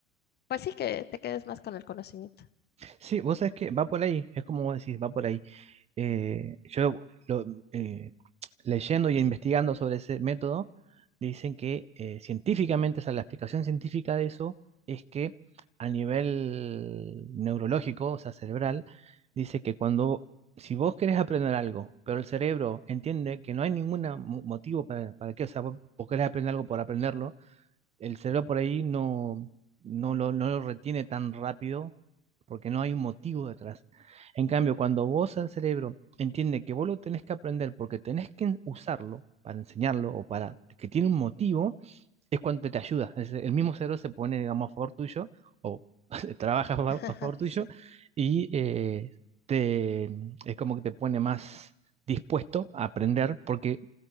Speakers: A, on the left; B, on the right.
A: pues sí, que te quedes más con el conocimiento.
B: Sí, vos sabés que va por ahí, es como vos decís, va por ahí. Eh, yo lo- eh, leyendo y investigando sobre ese método, dicen que eh, científicamente, o sea, la explicación científica de eso es que a nivel neurológico, o sea, cerebral, dice que cuando, si vos querés aprender algo, pero el cerebro entiende que no hay ningún motivo para, para qué, o sea, vos vos querés aprender algo por aprenderlo, el cerebro por ahí no, no lo, no lo retiene tan rápido porque no hay un motivo detrás. En cambio, cuando vos al cerebro entiende que vos lo tenés que aprender porque tenés que usarlo para enseñarlo o para que tiene un motivo, es cuando te ayuda. Es- El mismo cerebro se pone, digamos, a favor tuyo o <laughs> trabaja a fa-
A: <laughs>
B: a favor tuyo
A: Sí.
B: y eh, te, es como que te pone más dispuesto a aprender porque